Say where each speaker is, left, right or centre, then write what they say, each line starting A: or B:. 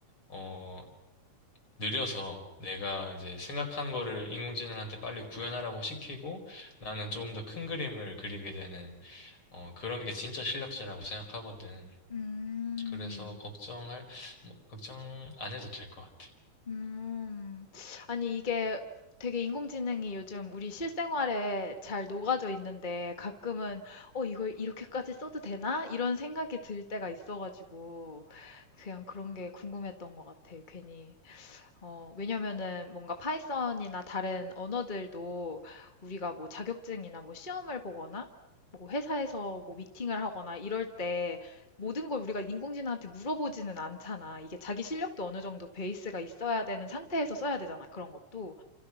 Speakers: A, on the left; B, on the left.
A: 어, 느려서 내가 이제 생각한 거를 인공지능한테 빨리 구현하라고 시키고 나는 조금 더 큰 그림을 그리게 되는 어, 그런 게 진짜 실력자라고 생각하거든.
B: 음,
A: 그래서 걱정할 뭐, 걱정 안 해도 될 것 같아.
B: 음. 아니, 이게 되게 인공지능이 요즘 우리 실생활에 잘 녹아져 있는데 가끔은, 어, 이걸 이렇게까지 써도 되나? 이런 생각이 들 때가 있어가지고, 그냥 그런 게 궁금했던 것 같아, 괜히. 어, 왜냐면은 뭔가 파이썬이나 다른 언어들도 우리가 뭐 자격증이나 뭐 시험을 보거나 뭐 회사에서 뭐 미팅을 하거나 이럴 때 모든 걸 우리가 인공지능한테 물어보지는 않잖아. 이게 자기 실력도 어느 정도 베이스가 있어야 되는 상태에서 써야 되잖아. 그런 것도.